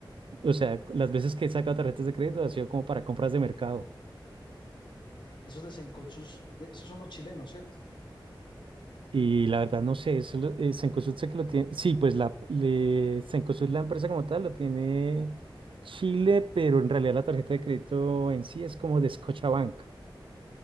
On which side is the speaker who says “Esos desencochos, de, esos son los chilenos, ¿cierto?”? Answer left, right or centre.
Left